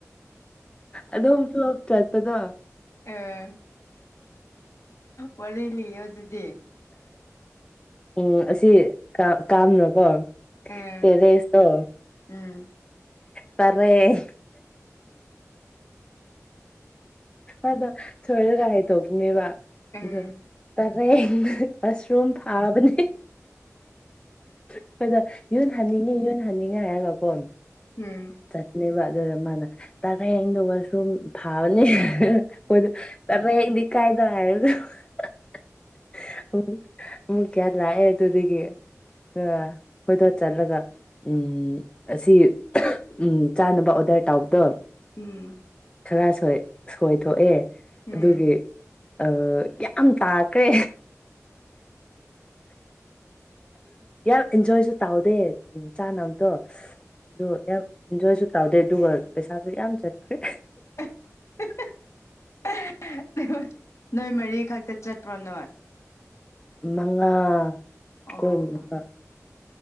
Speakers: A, on the left (about 20°); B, on the left (about 60°).
A: ꯑꯗꯨꯝ ꯄ꯭ꯂꯣꯞ ꯆꯠꯄꯗ
B: ꯑꯥ ꯋꯥꯔꯤꯂꯤꯌꯣ ꯑꯗꯨꯗꯤ
A: ꯎꯝ ꯑꯁꯤ ꯀꯥꯝꯅꯣꯀꯣ
B: ꯑꯥ
A: ꯇꯦꯔꯦꯁꯇꯣ
B: ꯎꯝ
A: ꯇꯔꯦ <inaudible> ꯑꯗ ꯁꯣꯏꯔꯒ ꯍꯥꯏ ꯇꯧꯕꯅꯦꯕ
B: ꯎꯝ
A: ꯑꯗꯨ ꯇꯔꯦꯡ ꯃꯁꯔꯨꯝ ꯊꯥꯕꯅꯦ ꯑꯈꯣꯏꯗ ꯌꯨꯟ ꯍꯟꯅꯤꯡꯉꯤ ꯌꯨꯟ ꯍꯅꯤꯡꯉꯥꯏ ꯍꯥꯏꯔꯒꯀꯣ
B: ꯎꯝ
A: ꯆꯠꯄꯅꯦꯕ ꯑꯗꯨꯗ ꯃꯥꯅ ꯇꯥꯔꯦꯡꯗꯣ ꯔꯨꯝ ꯊꯥꯕꯅꯤ ꯑꯈꯣꯏꯗ ꯇꯔꯦꯡꯗꯤ ꯀꯥꯏꯗ ꯍꯥꯏꯔꯒ ꯍꯍꯍ ꯑꯃꯨꯛ ꯀꯌꯥ ꯒ꯭ꯌꯥꯟ ꯂꯥꯛꯑꯦ ꯑꯗꯨꯗꯒꯤ ꯑꯈꯣꯏꯗꯣ ꯆꯠꯂꯒ ꯎꯝ ꯑꯁꯤ ꯎꯝ ꯆꯥꯅꯕ ꯑꯣꯗ꯭ꯔ ꯇꯧꯕꯗꯣ
B: ꯎꯝ
A: ꯈꯔ ꯁꯣꯏꯊꯣꯛꯑꯦ
B: ꯎꯝ
A: ꯑꯗꯨꯒꯤ ꯑꯥ ꯌꯥꯝ ꯇꯥꯈ꯭ꯔꯦ ꯌꯥꯝ ꯑꯤꯟꯖꯣꯏꯁꯨ ꯇꯧꯗꯦ ꯎꯝ ꯆꯥꯅꯕꯗꯣ ꯑꯗꯨ ꯌꯥꯝ ꯏꯟꯖꯣꯏꯁꯨ ꯇꯥꯎꯗꯦ ꯑꯗꯨꯒ ꯄꯩꯁꯥꯁꯨ ꯌꯥꯝ ꯆꯠꯈ꯭ꯔꯦ
B: <unintelligible> ꯅꯣꯏ ꯃꯔꯤ ꯈꯛꯇ ꯆꯠꯄ꯭ꯔꯣ ꯅꯣꯏ
A: ꯃꯉꯥ
B: ꯑꯣ
A: ꯀꯣꯏ ꯃꯉꯥ
B: ꯑꯣ